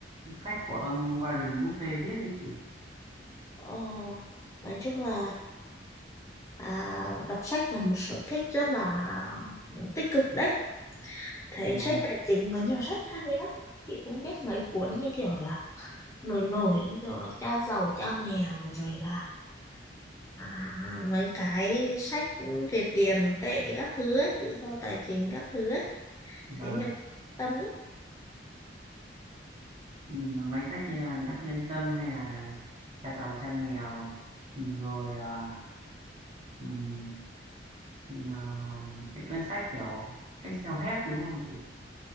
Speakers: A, on the right; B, on the left.
A: sách của ông Warren Buffett viết đấy chị.
B: Ờ, nói chung là à, đọc sách là một sở thích rất là ừ, tích cực đấy. Thấy
A: Dạ
B: sách
A: Vâng,
B: tài chính có nhiều sách hay đấy lắm. Chị cũng biết mấy cuốn như kiểu là nổi nổi, như kiểu là cha giàu, cha nghèo rồi là à, mấy cái sách Việt tiền tệ các thứ ấy tự do tài chính các thứ ấy
A: dạ vâng.
B: thế nhưng tâm lắm
A: Ừm, là Mấy sách như là Đắc Nhân Tâm hay là Cha giàu cha nghèo, Ừm, rồi à, ừm, ờ, cái cuốn sách kiểu sách self-help đúng không chị?